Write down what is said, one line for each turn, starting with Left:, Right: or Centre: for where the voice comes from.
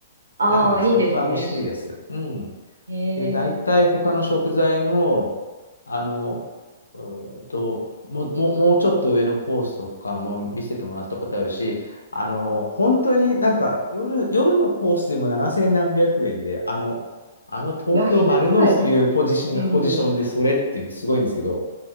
Right: ああ、
Left: だから、
Right: いいですね。
Left: そっちは美味しいです。
Right: し
Left: うん。
Right: え
Left: で、大体他の食材も、
Right: ー、
Left: あの、うーんと、も、も、もうちょっと上のコースとかも見せてもらったことあるし、あの、本当になんか、夜、夜のコースでも7千何百円で、あの、あの東京丸の内というポジション、
Right: 安くないですかうん。
Left: ポジションでそれっていうすごいんですけど、